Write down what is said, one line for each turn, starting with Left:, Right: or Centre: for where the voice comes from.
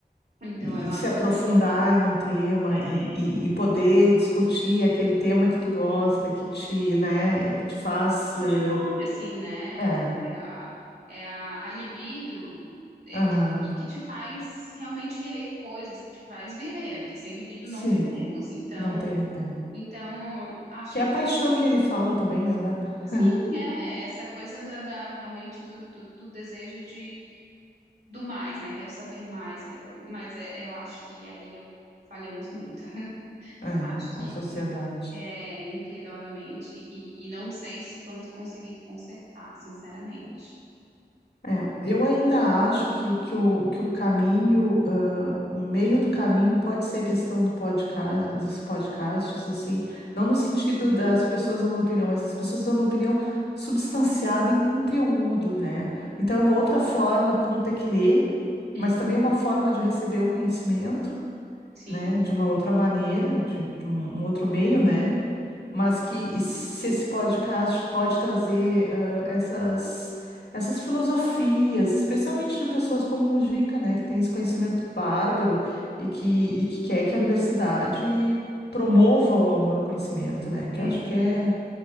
Right: Então,
Left: E,
Right: eu acho.
Left: e se aprofundar em um tema
Right: é,
Left: e, e, e poder discutir aquele tema que tu gosta, que te, né, que te faz.
Right: que
Left: eh,
Right: te move, assim, né?
Left: É,
Right: É, o- é a, é a, a libido é,
Left: aham,
Right: que, que que te faz realmente querer coisas, que te faz viver, né? Porque sem libido
Left: sim,
Right: não vivemos. Então,
Left: não tem. é.
Right: então acho
Left: Que é
Right: que
Left: a paixão que ele fala também, né, Bárbara? <laughs>
Right: sim, é essa coisa da, da- realmente do, do, do desejo de do mais, né? Quero saber mais, quero, mas é- eu acho que aí eu falhamos muito. <laughs>
Left: É, é,
Right: Acho que
Left: a sociedade.
Right: é impiedosamente e, e não sei se vamos conseguir consertar, sinceramente.
Left: É, eu ainda acho que, que, o, que o caminho, ah, o meio do caminho pode ser a questão do podcast, dos podcasts, assim, não no sentido das pessoas dando opinião, mas as pessoas dando opinião substanciada em conteúdo, né? Então é uma outra forma de tu não ter que ler,
Right: Uhum.
Left: mas também é uma forma de receber o conhecimento
Right: Sim.
Left: né? De uma
Right: Uhum.
Left: outra maneira, de, de um um outro meio, né? Mas que se esse podcast pode trazer ah, essas, essas filosofias, especialmente de pessoas como o Mujica, né? Que tem esse conhecimento bárbaro e que, e que quer que a universidade promova o amor ao conhecimento, né? Que
Right: Uhum.
Left: eu acho que é.